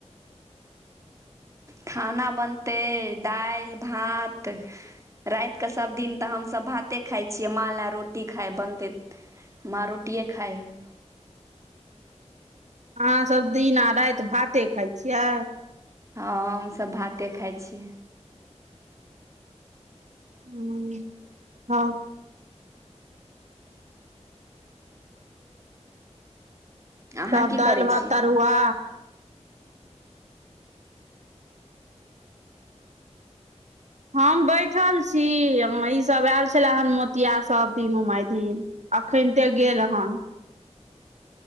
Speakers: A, on the right (about 25°); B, on the right (about 75°).
A: खाना बनतैय दाइल, भात राइत कऽ सब दिन तऽ हमसब तऽ भाते खाय छियै माँ लऽ रोटी खाय बनतै माँ रोटिये खाय हैय
B: अहाँसभ दिन आ राइत भाते खाय छियै
A: हँ हमसभ भाते खाय छियै
B: हुँ हँ
A: अहाँ
B: तब
A: की
B: दाइल,
A: करै
B: भात,
A: छी
B: तरुआ हम बैठल छी ईसभ आयल छले हन मोतिया सब तीनू मायधिन अखैनते गेल हन